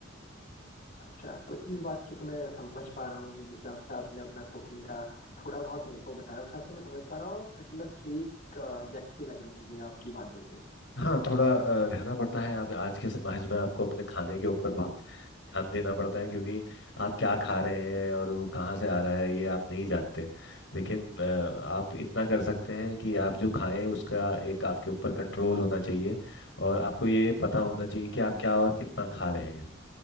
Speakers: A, on the left; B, on the left.
A: अच्छा तो इस बात से तो मैं समझ पा रहा हूँ जिस हिसाब से आपने अपना कुकिंग का थोड़ा बहुत मेरे को बताया उस हिसाब से मैं समझ पा रहा हूँ फिटनेस फ्रीक व्यक्ति लग रहे हैं मुझे आपकी बातों से
B: हाँ थोड़ा अ, रहना पड़ता है आप आज के समाज में आपको अपने खाने के ऊपर बहुत ध्यान देना पड़ता है क्योंकि आप क्या खा रहे हैं और वो कहाँ से आ रहा है ये आप नहीं जानते लेकिन अ, आप इतना कर सकते हैं कि आप जो खाएं उसका एक आपके ऊपर कंट्रोल होना चाहिए और आपको ये पता होना चाहिए कि आप क्या और कितना खा रहे हैं